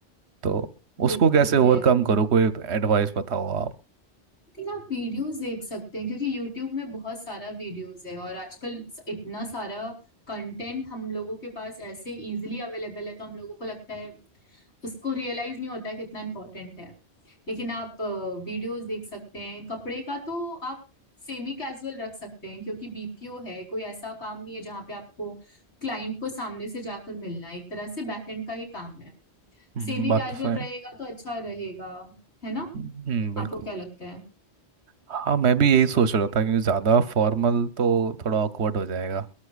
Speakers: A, on the right; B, on the left.
A: तो
B: ये
A: उसको कैसे
B: तो
A: ओवरकम
B: है आई
A: करो कोई एडवाइस बताओ
B: थिंक आप वीडियोस देख सकते हैं क्योंकि यूट्यूब में बहुत सारा वीडियोस है और आजकल स- इतना सारा कंटेंट हम लोगों के पास ऐसे इजीली अवेलेबल है तो हम लोगों को लगता है उसको रियलाइज नहीं होता है कितना इम्पोर्टेंट है लेकिन आप वीडियोस देख सकते हैं कपड़े का तो आप सेमी कैजुअल रख सकते हैं क्योंकि बीपीओ है कोई ऐसा काम नहीं है जहाँ पे आपको क्लाइंट को सामने से जाकर मिलना है एक तरह से बैकएंड का ही काम है
A: हम्म,
B: सेमी
A: बात
B: कैजुअल
A: तो सही
B: रहेगा
A: है।
B: तो अच्छा रहेगा है ना
A: हम्म बिल्कुल
B: आपको क्या लगता है
A: हाँ मैं भी यही सोच रहा था क्योंकि ज़्यादा फॉर्मल तो थोड़ा ऑकवर्ड हो जाएगा